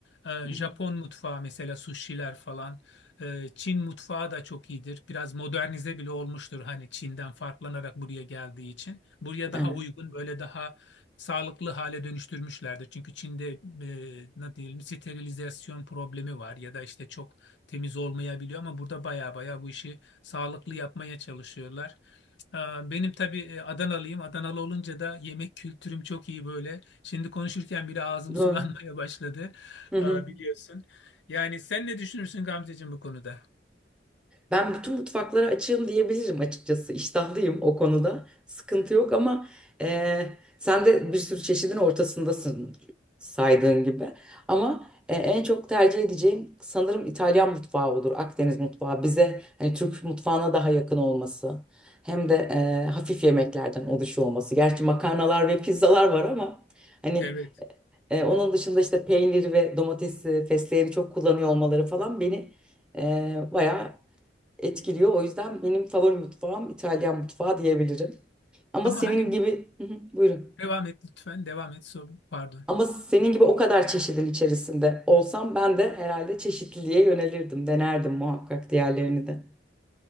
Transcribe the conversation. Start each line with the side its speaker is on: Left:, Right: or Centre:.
Left: Ee,
Centre: hı hı.
Left: Japon mutfağı mesela sushi'ler falan. Ee, Çin mutfağı da çok iyidir. Biraz modernize bile olmuştur hani Çin'den farklanarak buraya geldiği için. Buraya daha
Centre: Evet,
Left: uygun böyle daha sağlıklı hale dönüştürmüşlerdir. Çünkü Çin'de e, ne diyelim sterilizasyon problemi var ya da işte çok temiz olmayabiliyor ama burada baya baya bu işi sağlıklı yapmaya çalışıyorlar. Ee, Benim tabii e, Adanalıyım. Adanalı olunca da yemek kültürüm çok iyi böyle. Şimdi konuşurken bile ağzım
Centre: doğru.
Left: sulanmaya başladı.
Centre: Hı hı.
Left: Ee, biliyorsun. Yani sen ne düşünürsün Gamzeciğim bu konuda?
Centre: Ben bütün mutfaklara açığım diyebilirim açıkçası. İştahlıyım o konuda. Sıkıntı yok ama e, sen de bir sürü çeşidin ortasındasın saydığın gibi. Ama e, en çok tercih edeceğim sanırım İtalyan mutfağı olur. Akdeniz mutfağı bize hani Türk mutfağına daha yakın olması. Hem de e, hafif yemeklerden oluşuyor olması. Gerçi makarnalar ve pizzalar var ama hani
Left: Evet.
Centre: E, onun dışında işte peynir ve domatesi, fesleğeni çok kullanıyor olmaları falan beni e, bayağı etkiliyor. O yüzden benim favori mutfağım İtalyan mutfağı diyebilirim. Ama
Left: Ama
Centre: senin
Left: hani
Centre: gibi, Hı hı, buyurun.
Left: devam et lütfen. Devam et. So, pardon.
Centre: Ama senin gibi o kadar çeşidin içerisinde olsam ben de herhalde çeşitliliğe yönelirdim, denerdim muhakkak diğerlerini de.